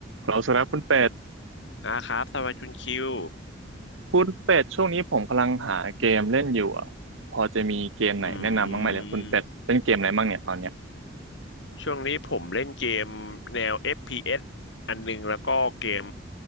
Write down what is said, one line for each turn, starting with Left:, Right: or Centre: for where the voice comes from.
Right: เราสุดแล้วคุณเป็ด
Left: นะครับสวัสดีคุณคิว
Right: คุณเป็ดช่วงนี้ผมกำลังหาเกมเล่นอยู่อ่ะพอจะมีเกมไหนแนะนำบ้างไหมเลยคุณเป็ดเล่นเกมอะไรบ้างเนี่ยตอนเนี้ย
Left: อืมช่วงนี้ผมเล่นเกมแนว FPS อฟพีเอสอันหนึงแล้วก็เกม